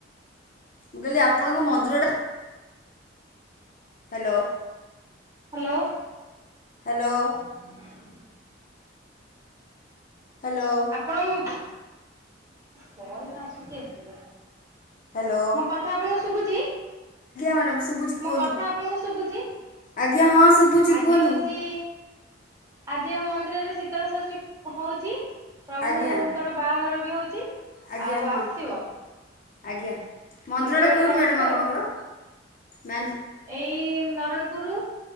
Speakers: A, on the left; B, on the right.
A: ମୁଁ କହିଲି ଆପଣଙ୍କ ମନ୍ଦିରଟା ହାଲୋ।
B: ହାଲୋ।
A: ହାଲୋ।
B: <inaudible>
A: ହାଲୋ।
B: ଆପଣ ମ୍ କଲ୍ ଆସୁଚି ଏତେ ଜ
A: ହାଲୋ।
B: କଥା ଆପଣଙ୍କୁ ଶୁଭୁଚି,
A: ମ୍ୟାଡ଼ାମ୍ ଶୁଭୁଛି କୁହନ୍ତୁ।
B: ମୋ କଥା ଆପଣଙ୍କୁ ଶୁଭୁଚି?
A: ଆଜ୍ଞା ହଁ ଶୁଭୁଛି
B: ଆଜି
A: କୁହନ୍ତୁ
B: ହଉଚି ଆଜି ଆମ ମନ୍ଦିରରେ ଶୀତଳ ଷଷ୍ଠୀ ହଉଚି ପ୍ରଭୁଙ୍କର
A: ଆଜ୍ଞା
B: ବାହାଘର ବି ହଉଚି।
A: ଆଜ୍ଞା
B: ଆଉ
A: ହଁ
B: ଆସିବ।
A: ଆଜ୍ଞା, ମନ୍ଦିରଟା
B: ଗୋଟେ ବେଳକୁ
A: କୋଉଠି
B: ଆସିବ
A: ମ୍ୟାଡ଼ମ୍ ଆପଣଙ୍କର,
B: ଆଉ
A: ମ୍ୟା
B: ଏଇ ନରଣପୁର,